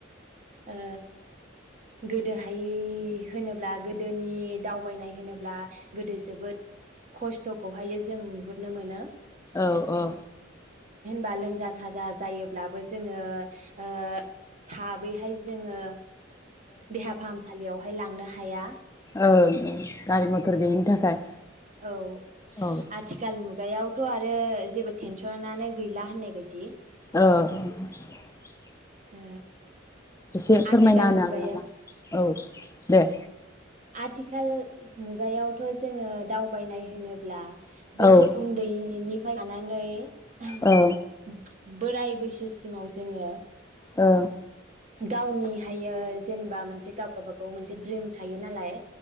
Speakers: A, on the right; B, on the left.
A: ओ गोदोहाय होनोब्ला गोदोनि दावबायनाय होनोब्ला गोदो जोबोद खस्थ'खौहायो जों नुहुरनो मोनो।
B: औ औ
A: बा लोमजा साजा जायोब्लाबो जोङो <inaudible> ओ थाबैहाय जोङो देहा फाहामसालियाव बेहाय लांनो हाया
B: ओंं ओं गारि मथर गैयिनि थाखाय
A: औ
B: औ
A: आथिखाल मु गायावथ' आरो जेबो टेनसनानो गैला होननाय बायदि
B: औ
A: ओ
B: एसे फोरमायना
A: आथिखाल
B: होनो
A: मुगायाव
B: हागोन नामा औ दे
A: आथिखाल मुगायावथ' जोङो दावबायनाय होनोब्ला जेबो
B: औ ओ
A: उन्दैनि फाय लानानै ओम
B: ओ
A: बोराय बैसोसिमाव जोङो
B: औ
A: गावनि हायो जेनेबा मोनसे गाव गबागाव मोनसे द्रिम थायो नालाय